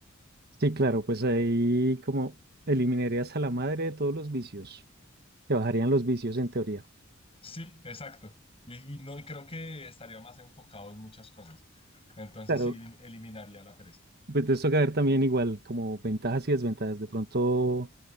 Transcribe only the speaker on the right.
Sí, claro, pues ahí como eliminarías a la madre de todos los vicios, te bajarían los vicios en teoría.
Claro.
Pues te toca ver también igual como ventajas y desventajas. De pronto,